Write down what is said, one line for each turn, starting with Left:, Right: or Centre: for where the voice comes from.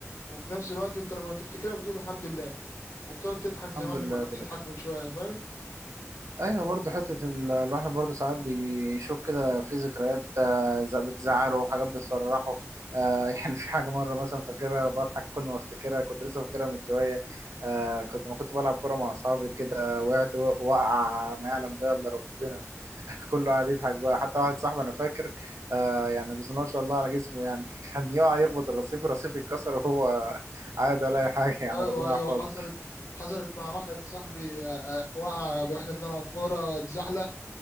Left: وفي نفس الوقت انت لما بتفتكرها بتقول الحمد لله وبتقعد تضحك زي
Right: الحمد
Left: ما احنا
Right: لله
Left: كنا
Right: كده
Left: بنضحك
Right: كده
Left: من شويه فاهم
Right: ايوه برضه حته ال- الواحد برضه ساعات بيشوف كده في ذكريات آه، ز- بتزعله وحاجات بتفرحه آه، <laughs> يعني في حاجه مره مثلا فاكرها بضحك كل ما افتكرها كنت لسه فاكرها من شويه آه، كنت ما كنت بلعب كوره مع اصحابي كده وقعت و- وقع ما يعلم بها الا ربنا <laughs> كله قاعد يضحك بقى حتى واحد صاحبي انا فاكر آه، يعني بسم الله ما شاء الله على جسمه يعني <laughs> كان يقع يخبط الرصيف الرصيف يتكسر وهو عادي ولا اي حاجه يعني
Left: ايوه
Right: ربنا
Left: ايوه
Right: يحفظه
Left: حصلت حصلت مع واحد صاحبي آه، آه، وقع واحنا بنلعب كوره اتزحلق